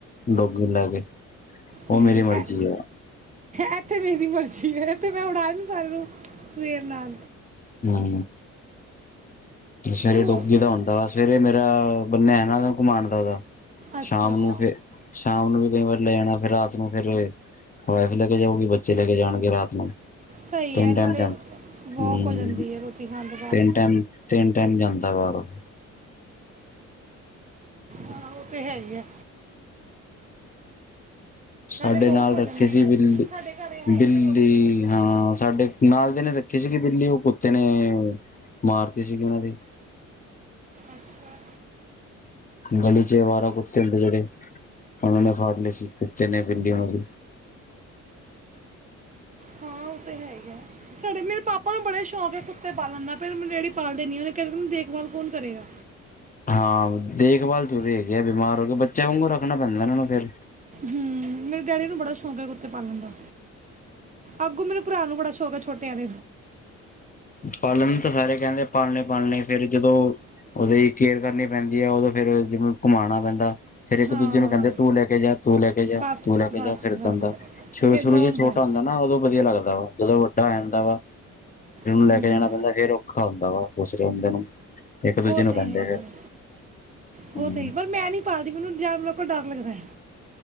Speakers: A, on the left (about 25°); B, on the right (about 25°).
A: ਡੋਗੀ ਨੂੰ ਲੈ ਕੇ ਉਹ
B: ਨਹੀਂ
A: ਮੇਰੀ ਮਰਜ਼ੀ
B: ਅ
A: ਆ
B: ਐ ਤੇ ਮੇਰੀ ਮਰਜ਼ੀ ਹੈ ਤੇ ਮੈਂ ਉੱਠਾ ਦੀ ਸਾਰਿਆਂ ਨੂੰ ਸਵੇਰ ਨ
A: ਹੂੰ ਅੱਛਾ
B: ਤੇ
A: ਜੇ
B: ਉਹ
A: ਡੋਗੀ ਦਾ ਹੁੰਦਾ ਸਵੇਰੇ ਮੇਰਾ ਬੰਨਿਆ ਹੋਇਆ ਨਾ ਘੁਮਾਉਣ ਦਾ ਉਹਦਾ
B: ਅੱਛਾ
A: ਸ਼ਾਮ
B: ਅੱਛਾ
A: ਨੂੰ ਫਿਰ ਸ਼ਾਮ ਨੂੰ ਵੀ ਕਈ ਵਾਰੀ ਲੈ ਜਾਣਾ ਫਿਰ ਰਾਤ ਨੂੰ ਫਿਰ ਵਾਈਫ ਲੈ ਕੇ ਜਾਓਗੀ ਬੱਚੇ ਲੈ ਕੇ ਜਾਣਗੇ ਰਾਤ ਨੂੰ
B: ਸਹੀ
A: ਤਿੰਨ
B: ਹੈ ਨਾਲੇ
A: ਟਾਈਮ ਜਾਂ ਹੂੰ
B: ਵਾਕ ਹੋ ਜਾਂਦੀ ਹੈ ਰੋਟੀ ਖਾਣ ਤੋਂ ਬਾਅਦ
A: ਤਿੰਨ ਟਾਈਮ ਟਾਈਮ ਜਾਂਦਾ ਬਾਹਰ ਓ
B: ਹਾਂ ਉਹ ਤੇ ਹੈ ਹੀ ਆ।
A: ਸਾਡੇ
B: ਵਾਕ
A: ਨਾਲ
B: ਹੋ
A: ਰੱਖੀ
B: ਜਾਂਦੀ
A: ਸੀ
B: ਹੈ
A: ਬਿੱਲੀ
B: ਸਾਡੇ ਘਰੇ ਹੈ
A: ਬਿੱਲੀ
B: ਹੀ ਨਹੀਂ ਡੋਗੀ ਡੋਗੀ
A: ਹਾਂ ਸਾਡੇ ਨਾਲਦੇ ਨੇ ਰੱਖੀ ਸੀ, ਕਿ ਬਿੱਲੀ ਉਹ ਕੁੱਤੇ ਨੇ ਮਾਰਤੀ ਸੀ ਗੀ ਉਹਨਾਂ ਦੀ
B: ਅੱਛਾ।
A: ਗਲੀ'ਚ ਅਵਾਰਾ ਕੁੱਤੇ ਹੁੰਦੇ ਜਿਹੜੇ, ਉਹਨਾਂ ਨੇ ਫੜ ਲਈਂ ਸੀ, ਕੁੱਤੇ ਨੇ ਬਿੱਲੀ ਉਹਨਾਂ ਦੀ।
B: ਹਾਂ ਉਹ ਤੇ ਹੈਗੇ ਆ। ਸਾਡੇ ਮੇਰੇ ਪਾਪਾ ਨੂੰ ਬੜੇ ਸ਼ੌਕ ਹੈ ਕੁੱਤੇ ਪਾਲਣ ਦਾ ਫਿਰ ਮੇਰੇ ਡੈਡੀ ਪਾਲਦੇ ਨਹੀਂ ਏ, ਉਹਨਾਂ ਕਿਹਾ ਦੇਖਭਾਲ ਕੌਣ ਕਰੇਗਾ।
A: ਹਾਂ ਦੇਖਭਾਲ ਤੁਸੀਂ ਹੈਗੀ ਆ ਬਿਮਾਰ ਹੋਗੇ ਬੱਚਿਆਂ ਵਾਂਗੂ ਰੱਖਣਾ ਪੈਂਦਾ ਇਹਨਾਂ ਨੂੰ ਫ਼ਿਰ
B: ਹੂੰ ਮੇਰੇ ਡੈਡੀ ਨੂੰ ਬੜਾ ਸ਼ੌਕ ਹੈ, ਕੁੱਤੇ ਪਾਲਣ ਦਾ। ਅੱਗੋਂ ਮੈਨੂੰ ਭਰਾ ਨੂੰ ਬੜਾ ਸ਼ੋਂ ਕ ਛੋਟੇ <unintelligible>
A: ਪਾਲਣ ਤਾਂ ਸਾਰੇ ਕਹਿੰਦੇ ਪਾਲਣੇ ਬਣਨੇਂ ਫਿਰ ਜਦੋਂ ਉਹਦੀ ਕੇਅਰ ਕਰਨੀ ਪੈਂਦੀ ਹੈ, ਉਹਦੋਂ ਫੇਰ ਜਿਵੇਂ ਘੁਮਾਣਾ ਪੈਂਦਾ। ਤਾਂ ਫਿਰ ਇੱਕ
B: ਹਾਂ
A: ਦੂਜੇ ਨੂੰ ਕਹਿੰਦੇ ਤੂੰ ਲੈ ਕੇ ਜਾ, ਤੂੰ ਲੈ ਕੇ ਜਾ,
B: ਬਸ
A: ਤੂੰ ਲੈ ਕੇ ਜਾ, ਫਿਰ ਇਦਾਂ
B: ਬਸ ਬਸ
A: ਦਾ ਸ਼ੁਰੂ
B: ਇਦਾਂ
A: ਸ਼ੁਰੂ ਜ ਛੋਟਾ
B: ਹੈ
A: ਹੁੰਦਾ ਨਾ, ਉਦੋਂ ਵਧੀਆ ਲੱਗਦਾ ਵਾ, ਜਦੋਂ ਵੱਡਾ ਹੋ ਜਾਂਦਾ ਵਾ
B: ਹੂੰ
A: ਲੈ ਕੇ ਜਾਣਾ ਪੈਂਦਾ ਫੇਰ ਔਖਾ ਹੁੰਦਾ ਵਾ, ਦੂਸਰੇ ਬੰਦੇ ਨੂੰ, ਇੱਕ ਦੂਜੇ
B: ਉਹ
A: ਨੂੰ
B: ਤੇ
A: ਕਹਿੰਦੇ
B: ਹੈ ਹੀ
A: ਹਮ।
B: ਹੈ। ਉਹ ਤੇ ਹੀ ਪਰ ਮੈਂ ਨਹੀਂ ਪਾਲਦੀ ਮੈਨੂੰ ਜਾਨਵਰਾਂ ਕੋਲੋਂ ਡਰ ਲੱਗਦਾ।